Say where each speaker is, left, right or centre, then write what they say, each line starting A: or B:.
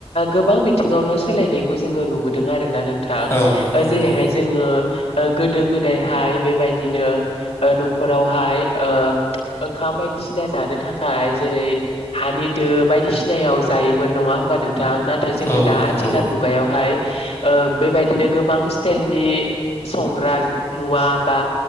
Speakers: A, on the left; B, on the left.
A: गोबां बिथिङावनो सोलायनायखौ जोङो नुबोदों आरोना नों थां
B: औ नंगौ
A: जेरैहाय जोङो गोदो गोदायहाय बेबायदिनो न'खरावहाय ओ ओंखाम बायदिसिना जानो थाखाय जेरै हानि दो बायदिसिनायाव जायोमोन नङा होमबा नों थां? नाथाय जोङो
B: औ
A: दा
B: नंगौ
A: आथिखाल मुगायावहाय ओ बेबायदिनो गोबां स्टाइलनि संग्रा मुवा बा